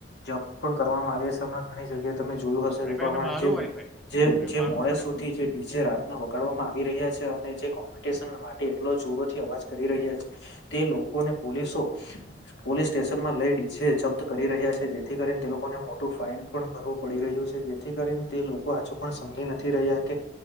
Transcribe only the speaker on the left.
જોબ પણ કરવામાં આવ્યા છે, હમણા ઘણી જગ્યાએ તમે જોયું હશે.
એ પ્રમાણે
જે
જે જે
મોડે
સુધી જે એ જે રાતને વગાડવામાં આવી રહ્યા છે, અને જે કોમ્પિટિશન માટે એટલો જોરોથી અવાજ કરી રહ્યા છે. તે લોકોને પોલીસો પોલીસ સ્ટેશન માં લઈ ડીજે જપ્ત કરી રહ્યા છે, જેથી કરીને તે લોકોને મોટું ફાઇન પણ ભરવું. પડી રહ્યું છે, જેથી કરીને તે લોકો હજુ પણ સમજી નથી રહ્યા કે